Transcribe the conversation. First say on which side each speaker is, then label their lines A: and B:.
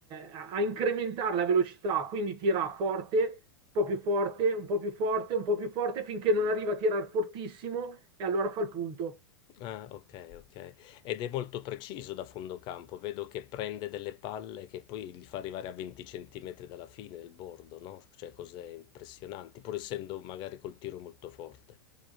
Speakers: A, on the right; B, on the left.
A: a a incrementare la velocità, quindi tira forte, un po' più forte, un po' più forte, un po' più forte, finché non arriva a tirare fortissimo e allora fa il punto.
B: Ah, okay, okay. Ed è molto preciso da fondo campo. Vedo che prende delle palle che poi li fa arrivare a 20 centimetri dalla fine del bordo, no, cioè cose impressionanti, pur essendo magari col tiro molto forte.